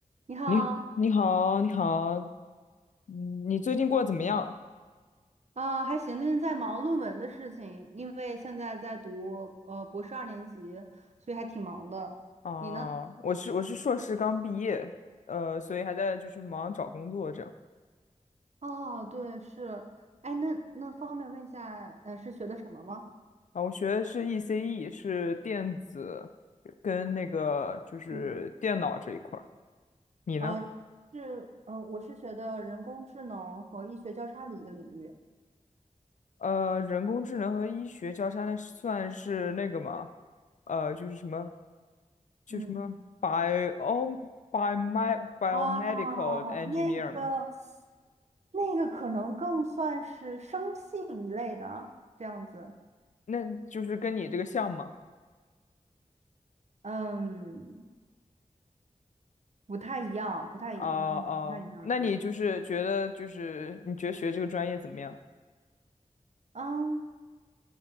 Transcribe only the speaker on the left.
你你好，你好，嗯，你最近过得怎么样？
啊，
我是我是硕士刚毕业，呃，所以还在就是忙找工作这样。
啊，我学的是 ECE，是电子跟那个就是电脑这一块儿。
你呢？
呃，人工智能和医学交叉，那算是那个吗？呃，就是什么，就什么
bio bio biomedical
engineer
嘛，
那就是跟你这个像吗？
哦哦，
那你就是觉得就是你觉得学这个专业怎么样？